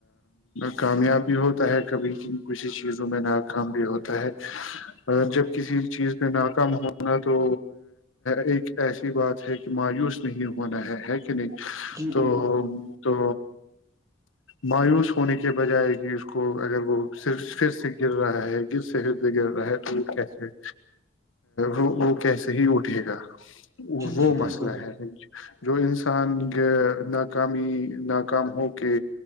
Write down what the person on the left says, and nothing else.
کامیاب بھی ہوتا ہے کبھی کسی چیزوں میں ناکام بھی ہوتا ہے اور جب کسی چیز پہ ناکام ہونا تو ایک ایسی بات ہے کہ مایوس نہیں ہونا ہے ہے نہیں
تو
تو مایوس ہونے کے کے بجائے کہ اس کو اگر وہ پھر سے گر رہا ہے گر سے پھر سے گر رہا ہے تو یہ کیسے وہ وہ کیسے ہی اٹھے گا
وہ
مسئلہ ہے جو انسان ناکامی ناکام ہو کے